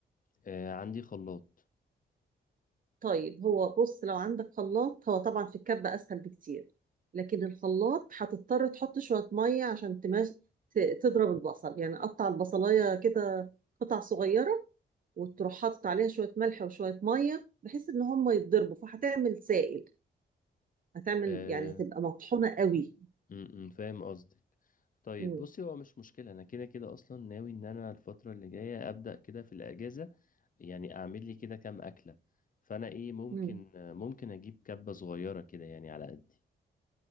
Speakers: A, on the left (about 45°); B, on the right (about 45°).
A: آه، عندي خلاط
B: طيب هو بص لو عندك خلاط هو طبعا في الكبة أسهل بكتير لكن الخلاط هتضطر تحط شوية مية عشان تماش ت- تضرب البصل يعني قطع البصلاية كده قطع صغيرة وتروح حاطط عليها شوية ملح وشوية مية بحيث إن هم يتضربوا فهتعمل سائل هتعمل
A: آه،
B: يعني هتبقى مطحونة قوي
A: امم فاهم قصدك طيب
B: مم.
A: بصي هو مش مشكلة أنا كده كده أصلا ناوي إن أنا الفترة اللي جاية أبدأ كده في الأجازة يعني أعمل لي كده كام أكلة فأنا إيه ممكن
B: مم.
A: ممكن أجيب كبة صغيرة كده يعني على قدي